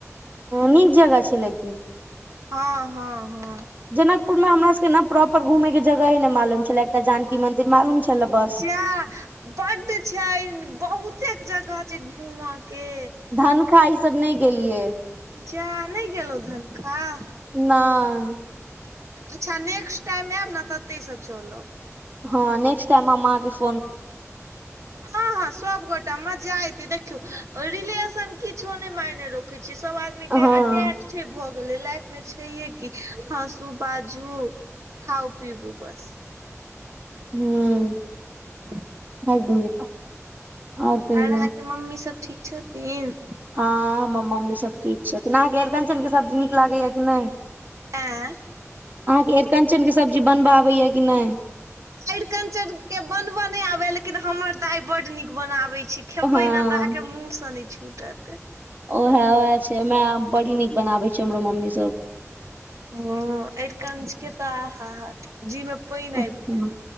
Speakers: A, on the right; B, on the right.
A: नीक जगह छै लेकीन।
B: हँ हँ हँ।
A: जनकपुर मे हमरा सबके ने प्रॉपर घुमै के जगहे नहि मालूम छलै एकटा जानकी मंन्दिर मालूम छलै बस।
B: जा बड्ड छै बहुतेक जगह छै घूमऽ के।
A: धन खा ई सब नहि गेलियै।
B: जा नहि गेलहुँं धनखाह।
A: नेई।
B: अच्छा नेक्स्ट टाइम ऐब न त अतेहीए स चलब।
A: हँ नेक्स्ट टाइमे ममा के संग।
B: ह। हँ- हँ सब गोटा मजा एते देखु रिलेशन किछो ने मेने रो। किछी सब आदमी
A: हँ
B: के अटैच छै भ। कहलि लए लाइफ मे छैे की हँसू, बाजू, खाउ, पीबू, बस।
A: हू- -
B: हम्म
A: <unintelligible> आओर कहियौ
B: आर अहाँके मम्मी सब ठीक छथिन।
A: ह हमर मम्मी सब ठीक छै थिन अहा के अकचन ने सबजीी। निक लागैया कि नैय,
B: आँ
A: अहाँके अरिकञ्चनके सब्जी बनबऽ आबैया कि नैई?
B: आरिकंचर के बनबऽ नहि आबैया, लेकिन हमर दाय बड नीक बनाबै छै। खेबै
A: हँ
B: ना तऽ अहाँके मुँह से नहि छूटत।
A: ओह ओएह छै ओ में बड़ी नीक बनाबे छै हमरो मम्मी सब।
B: हुं, अर कंजके तऽ आहा जीमे पानि
A: हँ
B: आबि गेल।